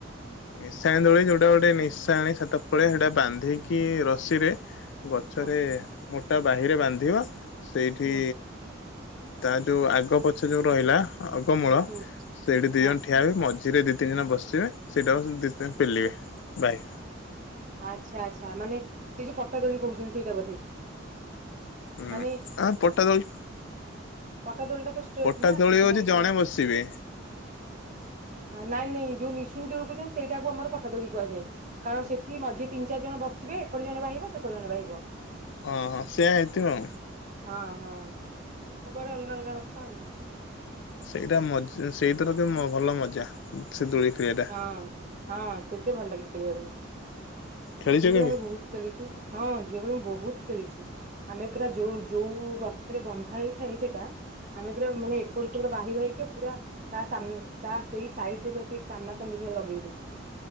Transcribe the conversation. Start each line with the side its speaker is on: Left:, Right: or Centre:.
Left: ନିଶାଣି ଦୋଳି ଯୋଉଟା ଗୋଟେ ନିଶାଣି ସାତ ପଳେ ସେଇଟା ବାନ୍ଧିକି ରସିରେ ଗଛରେ
Right: ହଁ
Left: ମୋ ବାହରେ ବାନ୍ଧିବ ସେଇଠି
Right: ହୁଁ
Left: ତା ଯଉ ଆଗ ପଛ ଯଉ ରହିଲା ଆଗମୂଳ
Right: ହୁଁ
Left: ସେଇଠି ଦି
Right: ହଁ
Left: ଜଣ ଠିଆ ବି ମଝିରେ ଦି ତିନି ଦିନ ବସିିବେ ସେଇଟା ଦ ପେିଲ ବାାଇ
Right: ଆଚଛା ଆଚ୍ଛା ମାନେ ସେ ଯୋଉ ପଟା ଦୋଳି କହୁଛନ୍ତି ସେଇଟା ବୋଧେ
Left: ଉଁ
Right: ମାନେ
Left: ଆ ପଟା ଦୋଳି
Right: ପଟାଦୋଳ ଟା ତ
Left: ପଟା
Right: ନା
Left: ଦୋଳି
Right: ସିଧା
Left: ହଉଛି
Right: ହେଇଥିବ
Left: ଜଣେ ବସିବେ
Right: ନାଇଁାଇ <inaudible> ଛୁଣି ଦଛନ୍ତି ସେଇାକୁ ଆର ପଠା ଦଳଳି କୁହାଯା କଣ ସେଠ ମଝି ତିନି ଚାରି ଜଣ ବସିବେ ଏପଟ ଜଣେ ବାହିବ ସେପଟେ ଜଣେ ବାହିବ
Left: ଓହୋ ସେଆ ହେଇଥିବ
Right: ହଁ ହଁ ସବୁଆଡ଼େ ଅଲଗା ଅଲଗା କଥା ଆଉ।
Left: ସେଇଟା ମଜ ସେଇତର ତ ଭଲ ମଜା ସେ ଦୋଳି। ଖେଳିବା ଟା
Right: ହଁ ହଁ ସେଠି ଭଲ ଲାଗେ ଖେଳିବା ପାଇଁ ।
Left: ଖେଳିଛ
Right: ଝିଅ ବେଳେ
Left: କେବେ?
Right: ଆମେ ବୋହୁତ ଖେଲିଛୁ ହଁ ଝିଅ ବେଳେ ମୁଁ ବୋହୁତ। ଖେଳିଚି ଆମେ ପୁରା ଯୋଉ ଯୋଉ ଗଛରେ ବନ୍ଧା ହେଇଥାଏ ସେଇଟା ଆମେ ପୁରା ମାନେ ଏପଟସେପଟ ବାହି ବାହିକ ପୁରା ତା ସାମ ତା ସେଇ ସାଇଟରେପ୍ରତି ସାମ୍ନା ସାମ୍ନି ରେ ଲଗେଇ ଦୋଉ